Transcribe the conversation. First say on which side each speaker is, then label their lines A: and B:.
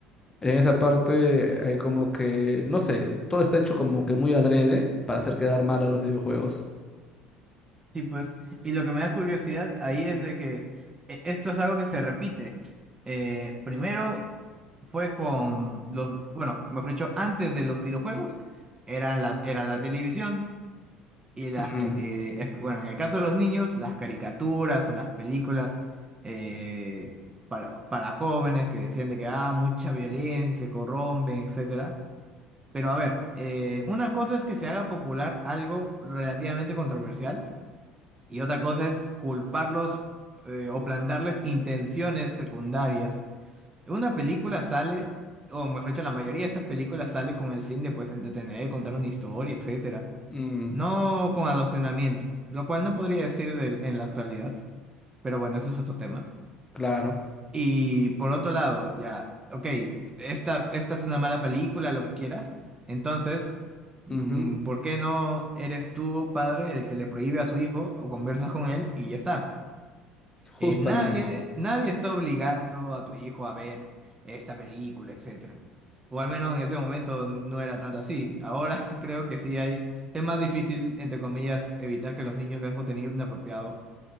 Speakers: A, on the left; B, on the right.
A: en esa parte hay como que, no sé, todo está hecho como que muy adrede para hacer quedar mal a los videojuegos.
B: Sí, pues, y lo que me da curiosidad ahí es de que eh, esto es algo que se repite. Eh, primero fue con los, bueno, mejor dicho, antes de los videojuegos, era la, era la televisión. Y las,
A: Mm,
B: ca- eh, es- bueno, en el caso de los niños, las caricaturas o las películas eh, para, para jóvenes que decían de que, ah, mucha violencia, corrompen, etcétera. Pero a ver, eh, una cosa es que se haga popular algo relativamente controversial y otra cosa es culparlos eh, o plantarles intenciones secundarias. Una película sale, o mejor dicho, la mayoría de estas películas sale con el fin de, pues, entretener, contar una historia, etcétera
A: mm,
B: no con adoctrinamiento, lo cual no podría decir del- en la actualidad, pero bueno, ese es otro tema.
A: claro.
B: Y por otro lado, ya, ok, esta, esta es una mala película, lo que quieras, entonces, mm,
A: ujú,
B: ¿por qué no eres tú, padre, el que le prohíbe a su hijo o conversas con él y ya está?
A: Justamente.
B: Eh, nadie, nadie está obligando a tu hijo a ver esta película, etcétera. O al menos en ese momento no era tanto así. Ahora <laughs> creo que sí hay, es más difícil, entre comillas, evitar que los niños vean contenido inapropiado.